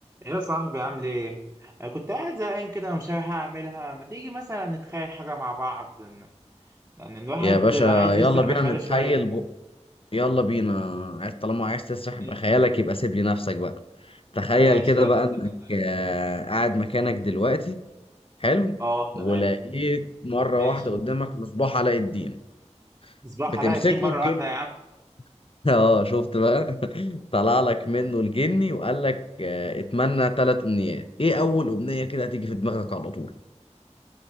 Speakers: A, on the right; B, on the left.
A: يا صاحبي عامل ايه؟ أنا كنت قاعد زهقان كده ومش عارف أعملها، ما تيجي مثلا نتخيل حاجة مع بعض، إن- لأن الواحد
B: يا باشا
A: عايز
B: يلا
A: يسرح
B: بينا
A: بخياله
B: نتخيل
A: شوية.
B: بق... يلا بينا عايز طالما عايز تسرح
A: ماشي
B: بخيالك
A: يلا
B: يبقى سيب لي نفسك بقى تخيل
A: ماشي
B: كده
A: يلا
B: بقى
A: هسيب
B: انك
A: لك نفسي.
B: آه، قاعد مكانك دلوقتي حلو
A: اه تمام
B: ولقيت مرة
A: ماشي.
B: واحدة قدامك مصباح علاء الدين
A: مصباح
B: بتمسكه
A: علاء الدين مرة
B: الجني
A: واحدة يا عم.
B: <laughs> اه شفت بقى <laughs> طلع لك منه الجني وقال لك آه، اتمنى ثلاث امنيات ايه اول امنية كده هتيجي في دماغك على طول